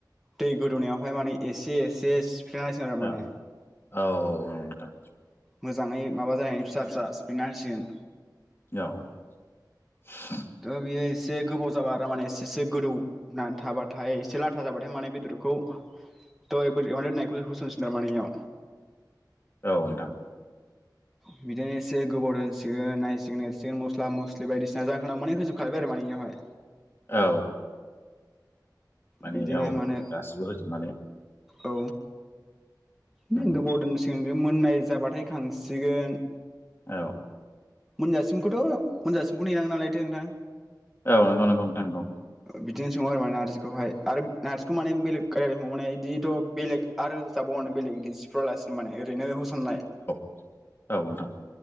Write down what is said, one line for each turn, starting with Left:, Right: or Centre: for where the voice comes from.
Centre: दै गोदौ नायावहाय माने एसे एसे सिफ्लेना
Left: औ
Centre: होसिगोन आरो माने
Left: औ औ। नोंथां
Centre: मोजाङै माबा जानायनि फिसा फिसा सिफ्रिना होसिगोन।
Left: औ <inaudible>
Centre: थ' बियो एसे गोबाव जाबा आरो माने एसे एसे गोदौ नानै थाबाथाय एसे लाथा जाबाथाय माने बेदरखौ थ' दोनायखौ होसनसै थारमानि बेयाव
Left: औ औ नोंथां
Centre: <unintelligible> बिदिनो एसे गोबाव दोनसिगोन नायसिगोन एरसिगोन मस्ला मस्लि बायदिसिना जाहोनाव माने होजोबखाबाय आरो माने। इयावहाय।
Left: औ माने
Centre: बिदिनो
Left: औ
Centre: माने
Left: गासिबो होजोबनानै।
Centre: औ नों
Left: नंगौ
Centre: गोबाव दोनसिगोन मोननाय जाबाथाय खांसिगोन
Left: औ
Centre: मोनजासिमखौथ' मोनजासिमखौ नेनांगोन नालायथो नोंथां।
Left: औ नांगौ नांगौ नोंथां नंगौ।
Centre: बिदिनो सङो आरो माने नारजिखौहाय आरो नारजिखौ माने बेलेग गायायाव स माने बिदिथ' बेलेग आरो ज <unintelligible> फावनो बेलेग गदिर सिफावलासिनो माने ओरैनो होसननाय
Left: औ नोंथां।